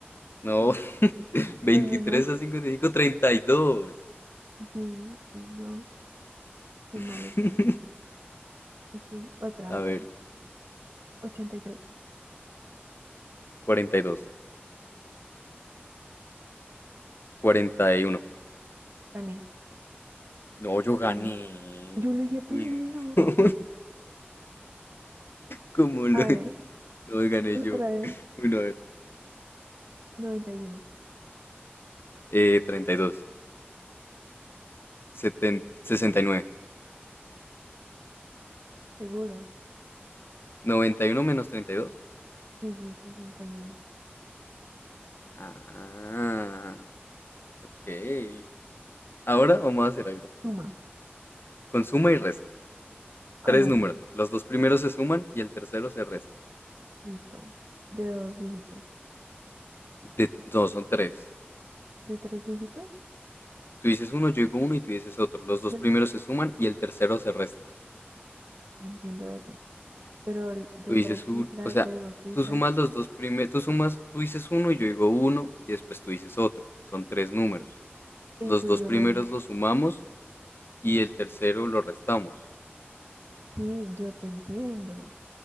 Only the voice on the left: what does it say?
No,
<laughs> 23
a 55, 32.
<laughs>
A
ver,
42, 41.
No, yo gané.
Uy, <laughs> no. ¿Cómo lo
hice?
No, gané
yo.
Bueno, a ver.
Eh, treinta y dos, seten- sesenta y nueve,
noventa y uno menos treinta y dos,
Ah, ok. Ahora vamos a hacer algo.
Con suma y resta.
Tres
números. Los dos primeros se suman y el tercero se resta.
De- no, son tres.
Tú dices uno, yo digo uno y tú dices otro. Los dos
primeros se suman y el tercero se resta.
Tú dices
un, o sea,
tú sumas los dos primeros, tú sumas, tú dices uno y yo digo uno y después tú dices otro. Son tres números.
Los dos
primeros
los sumamos y el tercero lo restamos.